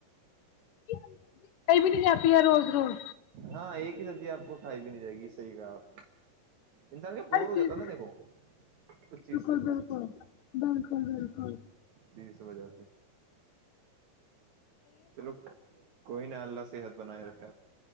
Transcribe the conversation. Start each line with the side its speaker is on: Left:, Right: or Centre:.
Left: <unintelligible> جاتی ہے روز روز
Right: ہاں ایک ہی سبزی آپ کو آئی بھی نہیں جائے گی یہ صحیح کہ آپ انسان کا بور
Left: ہر
Right: ہو
Left: چیز
Right: جاتا نا
Left: میں
Right: دیکھو اس چیز
Left: بالکل بالکل بالکل بالکل
Right: سےز وجہ سے چلو کوئی ن اللہ سے صحت بنائے رکھ